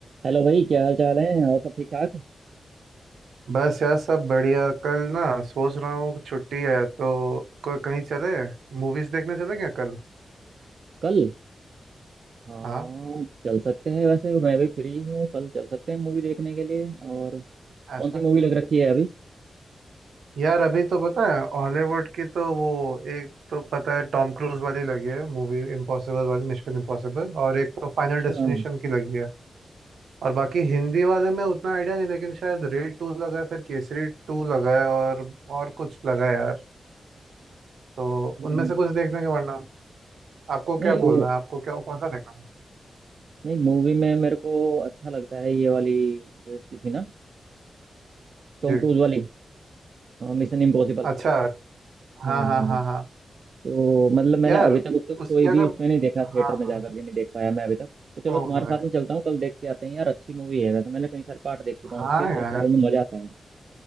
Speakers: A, on the right; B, on the right.
A: Hello भाई क्या हाल चाल है और सब ठीक ठाक
B: बस यार सब बढ़िया कल ना सोच रहा हूँ छुट्टी है तो को- कहीं चले मूवीज देखने चले क्या कल
A: कल हाँ
B: हाँ
A: चल सकते हैं वैसे मैं भी फ्री हूँ कल चल सकते हैं मूवी देखने के लिए और
B: अच्छा
A: कौन सी मूवी लग रखी है अभी
B: यार अभी तो पता है हॉलीवुड की तो वो एक तो पता है टॉम क्रूज वाली लगी है मूवी इम्पॉसिबल वाली मिशन इम्पॉसिबल और एक तो फाइनल
A: अच्छा
B: डेस्टिनेशन की लगी है और बाकी हिंदी वाले में उतना आइडिया नहीं लेकिन शायद रेड टू लगा है फिर केसरी टू लगा है और और कुछ लगा है यार तो
A: हम्म,
B: उनमें से कुछ देख लेंगे वरना आपको
A: नहीं
B: क्या बोलना
A: वो
B: है आपको क्या कौन सा देखना है
A: नहीं मूवी में मेरे को अच्छा लगता है ये वाली जो इसकी थी ना टॉम
B: जी
A: क्रूज वाली मिशन इम्पॉसिबल
B: अच्छा हाँ
A: हाँ
B: हाँ
A: हाँ हाँ
B: हाँ हाँ
A: तो मतलब मैंने
B: यार
A: अभी तक उसको कोई
B: उसकी अगर
A: भी उसमें नहीं देखा
B: हाँ
A: थिएटर में
B: हाँ
A: जाकर के नहीं देख पाया मैं अभी तक तो चलो
B: ओवर
A: तुम्हारे साथ
B: है।
A: में चलता हूँ कल देख के आते हैं यार अच्छी मूवी है वैसे मैंने कई सारे पार्ट देख चुका
B: हाँ
A: हूँ उसके
B: यार
A: तो सारे में मजा आता है